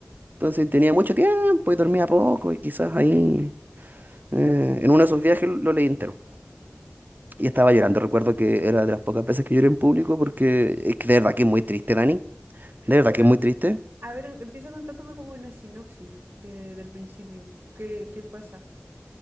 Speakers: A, on the right (about 50°); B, on the right (about 75°).
A: Entonces tenía mucho tiempo y dormía poco y quizás ahí eh, en uno de esos viajes lo leí entero. Y estaba llorando. Recuerdo que era de las pocas veces que lloré en público porque es que de verdad que es muy triste, Dani. De verdad
B: pero,
A: que es muy triste.
B: a ver, em, empieza contándome como una sinopsis de- del principio. ¿Qué, qué pasa?